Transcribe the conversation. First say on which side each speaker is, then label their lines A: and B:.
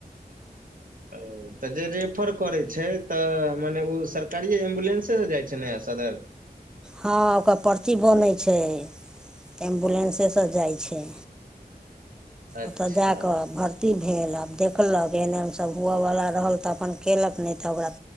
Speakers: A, on the right; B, in the centre.
A: ओ तऽ जे रेफर करै छैय तऽ मने ओ सर तरीए एम्बुलेंसे से जाइ छैय ने सदर?
B: हँ ओकर परची बनै छैय। एम्बुलेंसेसँ जाइ छैय
A: अच्छा
B: ओतय जा कऽ भरती भेल आब देखलक एन एन सभ हुअवला रहल तऽ अपन कयलक नहि तऽ ओकरा